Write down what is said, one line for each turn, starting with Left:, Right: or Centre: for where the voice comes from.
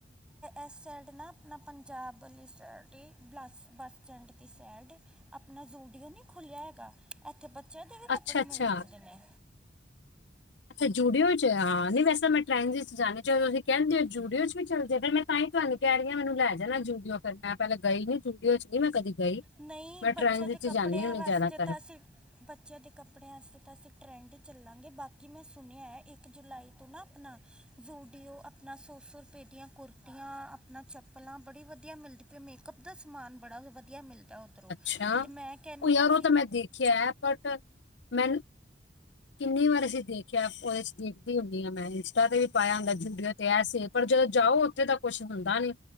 Centre: ਐ ਸਾਇਡ ਨਾ ਆਪਣਾ ਪੰਜਾਬ ਬੱਸ- ਬੱਸ ਸਟੈਂਡ ਦੀ ਸਾਈਡ ਆਪਣਾ ਜ਼ੂਡੀਓ ਨ ਖੁੱਲਿਆ ਹੈਗਾ। ਇੱਥੇ ਬੱਚਿਆਂ ਦੇ ਵੀ ਕੱਪੜੇ
Left: ਅੱਛਾ ਅੱਛਾ
Centre: ਮਿਲ ਜਾਂਦੇ ਨੇ
Left: ਅੱਛਾ। ਜੂਡੀਓ ਚ ਹਾਂ, ਨਹੀਂ ਵੈਸੇ ਮੈਂ ਟ੍ਰੇਨ ਚ ਜਾਣੇ ਚਾਹ ਤੁਸੀਂ ਕਹਿੰਦੇ ਹੋ ਜੂਡੀਓ ਚ ਵੀ ਚੱਲ ਜਾ ਫਿਰ ਮੈਂ ਤਾਂ ਹੀ ਤੁਹਾਨੂੰ ਕਹਿ ਰਹੀ ਹਾਂ। ਮੈਨੂੰ ਲੈ ਜਾਣਾ ਜੂਡੀਓ ਫਿਰ ਮੈਂ ਪਹਿਲ ਗਈ ਨੀ ਜੂਡੀਓ ਚ ਨੀ ਮੈਂ ਕਦੀ ਗਈ
Centre: ਨਹੀਂ,
Left: ਮੈਂ
Centre: ਬੱਚਿਆਂ
Left: ਟ੍ਰੈਂਡਸ
Centre: ਦੇ ਕੱਪੜਿਆਂ
Left: ਚ ਜਾਂਦੀ ਹੁੰਦੀ
Centre: ਵਾਸਤੇ
Left: ਜ਼ਿਆਦਾਤਰ
Centre: ਤਾਂ ਅਸੀਂ ਬੱਚਿਆਂ ਦੇ ਕੱਪੜਿਆਂ ਵਾਸਤੇ ਤਾਂ ਅਸੀਂ ਟਰੈਂਡ ਹੀ ਚੱਲਾਂ। ਬਾਕੀ ਮੈਂ ਸੁਣਿਆ ਹੈ ਇੱਕ ਜੁਲਾਈ ਤੋਂ ਨਾ ਆਪਣਾ ਜ਼ੂਡੀਓ ਆਪਣਾ ਸੋ -ਸੌ ਰੁਪਏ ਦੀਆਂ ਕੁੁਰਤੀਆਂ ਆਪਣਾ ਚੱਪਲਾਂ ਬੜੀ ਵਧੀਆ ਮਿਲਦੀ ਪਈ ਮੇਕਅਪ ਦਾ ਸਮਾਨ ਬੜਾ ਵਧੀਆ ਮਿਲਦਾ। ਓਧਰੋਂ
Left: ਅੱਛਾ,
Centre: ਤੇ ਮੈਂ ਕਹਿੰਨੀ
Left: ਉਹ ਯਾਰ
Centre: ਹ ਅ
Left: ਉਹ ਤਾਂ ਮੈਂ ਦੇਖਿਆ ਹੈ ਬਟ ਮੈਂ ਕਿੰਨੀ ਵਾਰ ਅਸੀਂ ਦੇਖਿਆ ਉਹਦੇ ਦੇਖਦੀ ਹੁੰਦੀ ਹਾਂ ਮੈਂ ਇੰਸਟਾ ਤੇ ਵੀ ਪਾਇਆ ਹ ਡੀਓ ਤੇ ਐ ਸੀ ਪਰ ਜਦੋਂ ਜਾਓ ਉੱਥੇ ਤਾਂ ਕੁਛ ਹੁੰਦਾ ਨੀ।